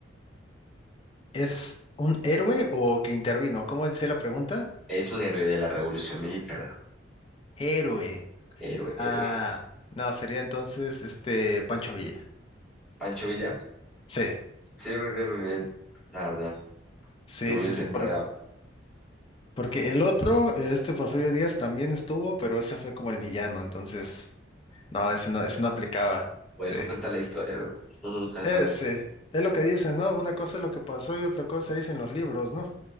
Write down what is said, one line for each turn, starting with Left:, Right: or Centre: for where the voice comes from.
Left: ¿Es un héroe o que intervino? ¿Cómo dice la pregunta?
Centre: Es un héroe de la Revolución Mexicana.
Left: Héroe.
Centre: Héroe, héroe.
Left: Ah, no, sería entonces este Pancho Villa.
Centre: Pancho Villa.
Left: Sí,
Centre: Sí, muy bien, muy bien. La verdad,
Left: sí,
Centre: yo me
Left: sí,
Centre: hubiese
Left: sí.
Centre: enredado.
Left: por- porque el otro, eh, este Porfirio Díaz también estuvo, pero ese fue como el villano, entonces, no, ese
Centre: Ah,
Left: no, ese no aplicaba.
Centre: O
Left: Sí.
Centre: eso cuenta la historia, ¿no? Uno nunca
Left: ese
Centre: sabe.
Left: Es lo que dicen, ¿no? Una cosa es lo que pasó y otra cosa dicen los libros, ¿no?